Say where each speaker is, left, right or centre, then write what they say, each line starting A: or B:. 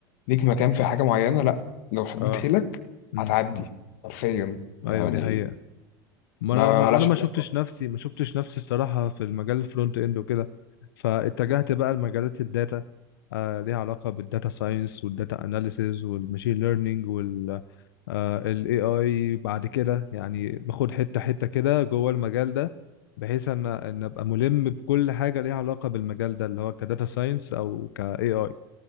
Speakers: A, on the left; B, on the left.
A: ليك مكان في حاجة معينة لا لو شديت
B: اه
A: حيلك
B: امم
A: هتعدي حرفيا يعني
B: ايوه دي حقيقة ما
A: ما
B: انا
A: ما-
B: ما
A: ملهاش
B: انا ما شفتش
A: علاقة
B: نفسي ما شفتش نفسي الصراحه في المجال الفرونت اند وكده فاتجهت بقى لمجالات الداتا آه ليها علاقه بالداتا ساينس والداتا اناليسيز والماشين ليرنينج وال الاي اي بعد كده يعني باخد حته حته كده جوه المجال ده بحيث ان ان ابقى ملم بكل حاجه ليها علاقه بالمجال ده اللي هو كداتا ساينس او كاي اي